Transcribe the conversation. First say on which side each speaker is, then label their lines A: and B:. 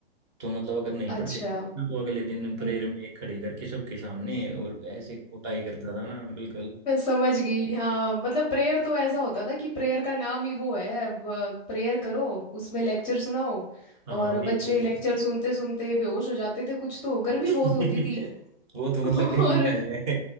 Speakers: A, on the right (about 30°); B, on the left (about 15°).
A: तो मतलब अगर नहीं
B: अच्छा
A: पढ़ते तो अगले दिन
B: <laughs>
A: प्रेयर में खड़े करके सबके सामने और ऐसे कुटाई करता था ना बिल्कुल
B: मैं समझ गई हाँ मतलब प्रेयर तो ऐसा होता था कि प्रेयर का नाम ही वो है प्रेयर करो उसमें लेक्चर सुनाओ
A: हाँ
B: और
A: वही
B: बच्चे
A: तो
B: लेक्चर सुनते सुनते बेहोश हो जाते थे कुछ तो गर्मी
A: <laughs>
B: बहुत होती थी
A: वो तो मतलब
B: <laughs>
A: दिल्ली
B: और
A: का है